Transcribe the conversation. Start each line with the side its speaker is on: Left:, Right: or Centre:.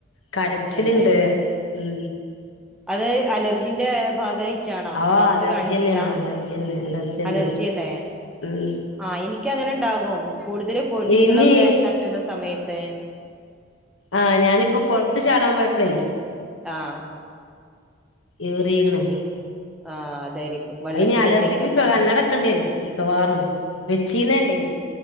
Left: കടച്ചിലുണ്ട്
Centre: തന്നെ
Left: ഉം
Centre: അത് അലർജി ജിന്റെ ഭാഗമായിട്ടാണോ
Left: ആ
Centre: ഡോക്ടറെ
Left: അലർജിന്നെയാണ്
Centre: കാണിച്ചില്ല
Left: അലർജിന്നെ അലർജിന്നെ
Centre: അലർജി അല്ല
Left: ഉം
Centre: ആഹ എനിക്ക്‌ അങ്ങനെ ഉണ്ടാകും കൂടുതൽ പൊടികളൊക്കെ
Left: ഇനി
Centre: തട്ടുന്ന സമയത്ത്
Left: ആഹ് ഞാനിപ്പൊ കൊളത്തിൽ ചാടാൻ പോയപ്പളേ
Centre: ആഹ്
Left: ഏറീക്ണ്
Centre: ആഹ് അതായിരിക്കും വെള്ളത്തില്
Left: അതിന് അലർജിക്ക്
Centre: എന്തെങ്കിലൊക്കെ
Left: കണ്ണടക്കേണ്ടി വരും മിക്കവാറും വെച്ചീന്നല്ലേ